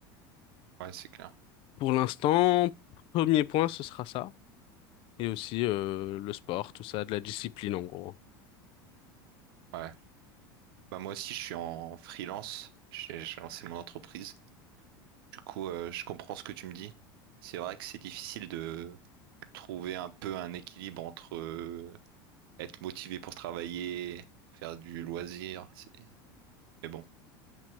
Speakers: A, on the right; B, on the left.
A: Ouais, c'est clair.
B: Pour l'instant, premier point, ce sera ça. Et aussi euh, le sport, tout ça, de la discipline en gros.
A: Ouais. Bah moi aussi, je suis en freelance. J'ai j'ai lancé mon entreprise. Du coup, euh, je comprends ce que tu me dis. C'est vrai que c'est difficile de trouver un peu un équilibre entre euh, être motivé pour travailler, faire du loisir. c'est- Mais bon,